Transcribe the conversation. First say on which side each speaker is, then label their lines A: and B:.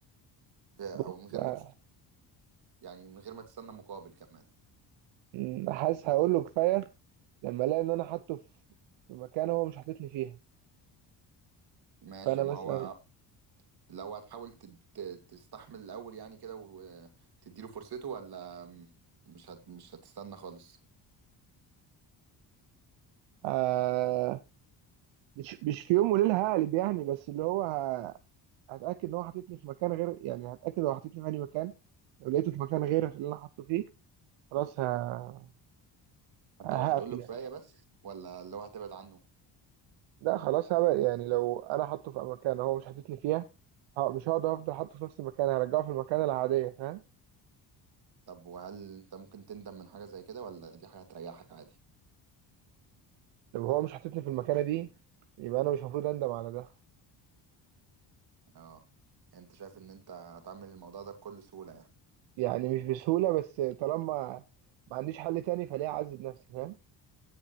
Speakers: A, on the right; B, on the right.
A: آه،
B: بص
A: او من غير
B: ه-
A: ما تس- يعني من غير ما تستنى مقابل كمان
B: م، حاسس هقول له كفايه لما الاقي ان انا حاطه في في مكان هو مش حاططني فيها
A: ماشي
B: فانا
A: ما
B: مثلا
A: هو لو هتحاول تد- ت- تستحمل الاول يعني كده وتديله فرصته ولا م- مش هت مش هتستنى خالص
B: آه مش مش في يوم وليله هقلب يعني بس اللي هو ه- هتاكد ان هو حاططني في مكان غير يعني هتاكد هو حاططني في اي مكان لو لقيته في مكان غير اللي انا حاطه فيه خلاص ه-
A: هت-
B: هقفل
A: هتقول له كفاية
B: يعني
A: بس ولا لو هتبعد عنه
B: لا خلاص هبقى يعني لو انا حاطه في مكان هو مش حاططني فيها ه- مش هقدر افضل حاطه في نفس المكان هرجعه في المكان العاديه فاهم
A: طب وهل انت ممكن تندم من حاجة زي كده ولا دي حاجة هتريحك عادي
B: لو هو مش حاططني في المكانة دي يبقى أنا مش المفروض أندم على ده
A: اه يعني انت شايف ان انت هتعمل الموضوع ده بكل سهولة يعني
B: يعني مش بسهولة بس طالما ما عنديش حل تاني فليه أعذب نفسي فاهم